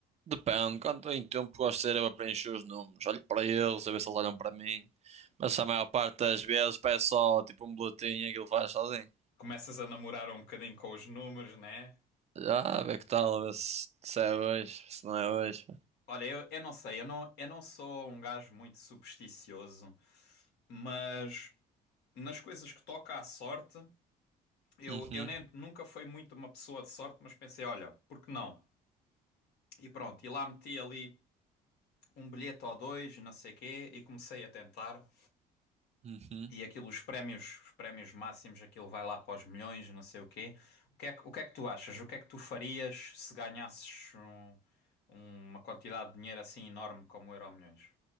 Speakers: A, on the right; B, on the left.
A: Depende, quanto em tempo gosto de ser eu a preencher os números. Olho para eles, a ver se eles olham para mim. Mas a maior parte das vezes peço só tipo um boletim e aquilo faz sozinho.
B: começas a namorar um bocadinho com os números, né?
A: Já, a ver que tal, a ver se, se é hoje, se não é hoje.
B: Olha, eu, eu não sei, eu não, eu não sou um gajo muito supersticioso, mas nas coisas que toca à sorte, eu,
A: Uhum,
B: eu nem, nunca fui muito uma pessoa de sorte, mas pensei, olha, por que não? E pronto, e lá meti ali um bilhete ou dois, e não sei quê, e comecei a tentar.
A: uhum.
B: e aquilo, os prémios, os prémios máximos, aquilo vai lá para os milhões, não sei o quê. O que é, que- o que é que tu achas? O que é que tu farias se ganhasses um- uma quantidade de dinheiro assim enorme como o Euromilhões?